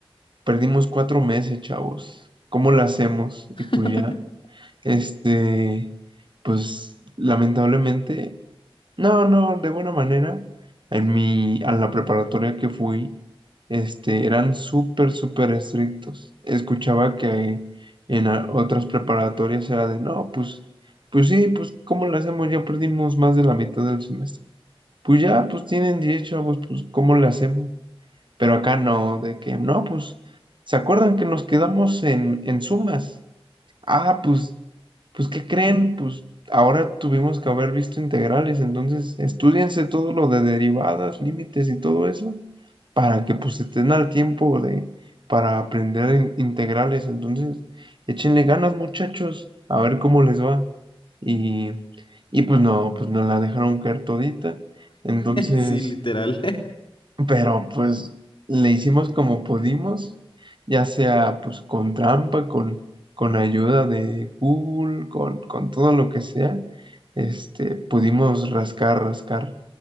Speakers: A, on the right; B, on the left.
A: perdimos cuatro meses, chavos. ¿Cómo lo hacemos? Y pues
B: <laughs>
A: ya, este, pues lamentablemente No, no, de buena manera. En mi, a la preparatoria que fui, este, eran súper, súper estrictos. Escuchaba que en a- otras preparatorias era de, no, pues, pues sí, pues, ¿cómo le hacemos? Ya perdimos más de la mitad del semestre. Pues ya, pues tienen 10 chavos, pues, ¿cómo le hacemos? Pero acá no, de que, no, pues, ¿se acuerdan que nos quedamos en, en sumas? Ah, pues, pues, ¿qué creen? Pues ahora tuvimos que haber visto integrales, entonces estudiense todo lo de derivadas, límites y todo eso, para que pues estén al tiempo de, para aprender in- integrales. Entonces, échenle ganas, muchachos, a ver cómo les va. Y, y pues no, pues nos la dejaron caer todita. Entonces,
B: Sí, literal.
A: pero pues le hicimos como pudimos, ya sea pues con trampa, con, con ayuda de Google, con, con todo lo que sea, este, pudimos rascar, rascar,